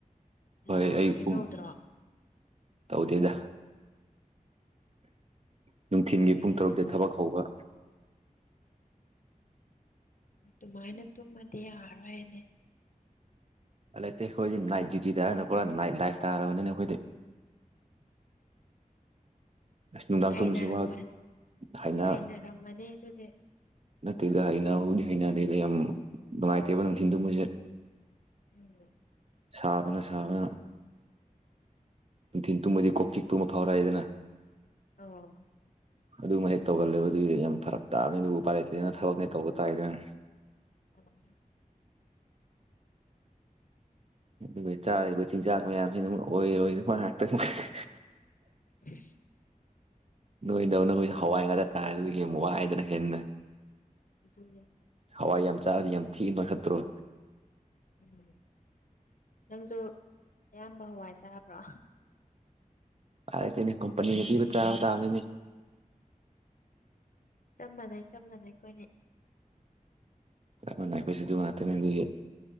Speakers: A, on the right (about 45°); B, on the left (about 65°).
A: ꯍꯣꯏ
B: ꯅꯥꯒꯦ
A: ꯑꯌꯨꯛ ꯄꯨꯡ
B: ꯇꯧꯗ꯭ꯔꯣ
A: ꯇꯧꯗꯦꯗ ꯅꯨꯡꯊꯤꯟꯒꯤ
B: ꯑꯩꯗꯤ
A: ꯄꯨꯡ ꯇꯔꯨꯛꯇ
B: ꯑꯗꯨꯃꯥꯏ
A: ꯊꯕꯛ ꯍꯧꯕ
B: ꯗꯨꯃꯥꯏꯅ ꯇꯨꯝꯃꯗꯤ ꯌꯥꯔꯔꯣꯏꯅꯦ
A: ꯍꯟꯗꯛꯇꯤ ꯑꯩꯈꯣꯏꯗꯤ ꯅꯥꯏꯠ ꯗ꯭ꯌꯨꯇꯤ ꯇꯥꯔ ꯄꯨꯔꯥ ꯅꯥꯏꯠ ꯂꯥꯏꯐ ꯇꯥꯔꯕꯅꯤꯅ‌ꯦ ꯑꯩꯈꯣꯏꯗꯤ ꯑꯁ ꯅꯨꯡꯗꯥꯡ
B: ꯍꯩꯅꯔꯝꯃ
A: ꯇꯨꯝꯕꯁꯦ ꯋꯥ ꯍꯩꯅꯥ
B: ꯍꯩꯅꯔꯝꯃꯅꯤ ꯑꯗꯨꯗꯤ
A: ꯅꯠꯇꯦꯗ ꯍꯩꯅꯕꯨꯗꯤ ꯍꯩꯅꯗꯦꯗ ꯌꯥꯝ ꯅꯨꯡꯉꯥꯏꯇꯦꯕ ꯅꯨꯡꯊꯤꯟ ꯇꯨꯝꯕꯁꯦ
B: <unintelligible>
A: ꯁꯥꯕꯅ ꯁꯥꯕꯅ ꯅꯨꯡꯊꯤꯟ ꯇꯨꯝꯕꯗꯤ ꯀꯣꯛ ꯆꯤꯛꯄ ꯑꯃ ꯐꯥꯎꯔꯥꯏꯗꯅ
B: ꯑꯣ
A: ꯑꯗꯨꯃꯥ ꯍꯦꯛ ꯇꯧꯒꯜꯂꯦꯕ ꯑꯗꯨꯒꯤ ꯌꯥꯝ ꯐꯔꯛ ꯇꯥꯕꯅꯤ ꯑꯗꯨꯕꯨ ꯎꯄꯥꯏ ꯂꯩꯇ‌ꯦꯗꯅ
B: ꯑꯣ
A: ꯊꯕꯛꯅꯦ ꯇꯧꯕ ꯇꯥꯏꯗꯟ
B: ꯑꯣ
A: ꯑꯗꯨꯒ ꯆꯥꯔꯤꯕ ꯆꯤꯟꯖꯥꯛ ꯃꯌꯥꯝꯁꯤꯅ ꯃꯨꯛ ꯑꯣꯏꯔꯣꯏꯗꯕ ꯉꯥꯛꯇ <unintelligible>
B: <unintelligible>
A: ꯅꯣꯏꯗꯧꯅ ꯑꯈꯣꯏꯁꯨ ꯍꯋꯥꯏ ꯉꯥꯛꯇ ꯇꯥꯔꯦ ꯑꯗꯨꯒꯤꯃꯨ ꯋꯥꯏꯗꯅ ꯍꯦꯟꯅ
B: ꯑꯗꯨꯅꯦ
A: ꯍꯋꯥꯏ ꯌꯥꯝ ꯆꯥꯔꯗꯤ ꯌꯥꯝ ꯊꯤꯅ ꯅꯣꯏꯈꯠꯇ꯭ꯔꯣ
B: ꯎꯝ ꯅꯪꯖꯨ ꯑꯌꯥꯝꯕ ꯍꯋꯥꯏ ꯆꯥꯕ꯭ꯔꯣ
A: ꯍꯗꯛꯗꯤꯅ‌ꯦ ꯀꯝꯄꯅꯤꯅ ꯄꯤꯕ ꯆꯥꯕ ꯇꯥꯕꯅꯤꯅꯦ
B: ꯆꯞ ꯃꯥꯟꯅꯩ ꯆꯞ ꯃꯥꯟꯅꯩ ꯑꯩꯈꯣꯏꯅꯤ
A: ꯆꯞ ꯃꯥꯟꯅꯩ ꯑꯩꯈꯣꯏꯁꯨ ꯑꯗꯨ ꯉꯥꯛꯇꯅꯦ ꯑꯗꯨꯒꯤ ꯎꯞ